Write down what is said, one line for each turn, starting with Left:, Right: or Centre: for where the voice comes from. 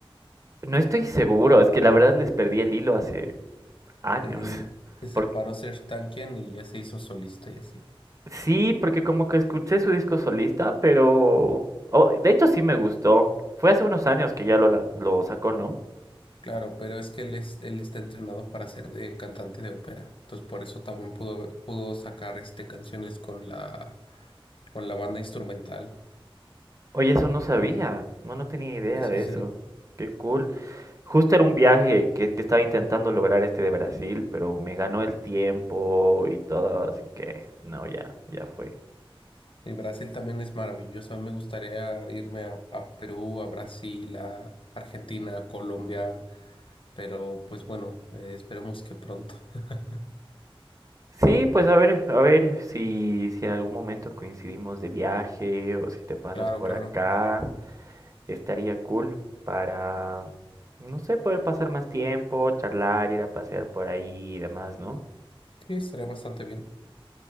Right: no estoy seguro, es que la verdad les perdí el hilo hace años.
Left: Sí,
Right: <laughs>
Left: se separó
Right: por
Left: Serj Tankian y ya se hizo solista y así.
Right: Sí, porque como que escuché su disco solista, pero... oh, de hecho sí me gustó. Fue hace unos años que ya lo, la- lo sacó, ¿no?
Left: Claro, pero es que él, es, él está entrenado para ser de cantante de ópera. Entonces, por eso también pudo, haber- pudo sacar este, canciones con la, con la banda instrumental.
Right: Oye, eso no sabía. No, no tenía idea
Left: Sí, sí,
Right: de
Left: sí.
Right: eso. Qué cool. Justo era un viaje que, que estaba intentando lograr este de Brasil, pero me ganó el tiempo y todo, así que no, ya, ya fue.
Left: Y Brasil también es maravilloso. A mí me gustaría irme a, a Perú, a Brasil, a Argentina, a Colombia. Pero, pues bueno, eh, esperemos que pronto. <laughs>
Right: Sí, pues a ver, a ver si, si en algún momento coincidimos de viaje o si te pasas
Left: Claro,
Right: por
Left: claro.
Right: acá. Estaría cool para, no sé, poder pasar más tiempo, charlar, ir a pasear por ahí y demás, ¿no?
Left: Sí, estaría bastante bien.